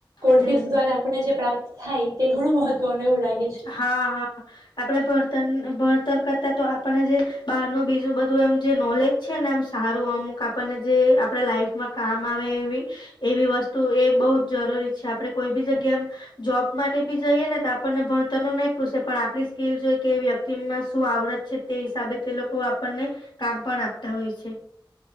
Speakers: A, on the right (about 50°); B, on the left (about 65°).
A: કોર્સસ
B: હમ
A: દ્વારા આપને જે પ્રાપ્ત થાય તે ઘણું મહત્વનું એવું લાગે છે
B: હા હા આપણે ભર્તણ ભણતર કરતા તો આપણને જે બહારનું બીજું બધું એમ જે નોલેજ છે ને એમ સારું અમુક આપણને જે આપડા લાઈફમાં કામ આવે એવી એવી વસ્તુ એ બહ જ જરૂરી છે આપડે કોઈ બી જગ્યા એમ જોબ માટે બી જઈએ ને તો આપણને ભણ તન નુ નય પૂછે પણ આપણી સ્કીિલ જોઈ કે વ્યક્તિમાં શું આવડત છે તે હિસાબે તે લોકો આપણને કામ પણ આપતા હોય છે